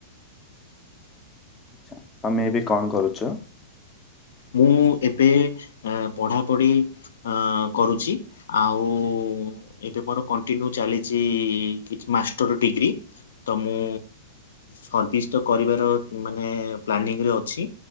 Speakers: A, on the left (about 20°); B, on the left (about 75°).
A: ଆଚ୍ଛା ତମେ ଏବେ କଣ କରୁଚ?
B: ମୁଁ ଏବେ ପଢ଼ାପଢ଼ି କରୁଚି ଆଉ ଏବେ ମୋର କଣ୍ଟିନ୍ୟୁ ଚାଲିଛି କିଛି ମାଷ୍ଟର ଡିଗ୍ରୀ ତ ମୁଁ ସର୍ଭିସ୍ ତ କରିବାର ମାନେ ପ୍ଲାନିଂରେ ଅଛି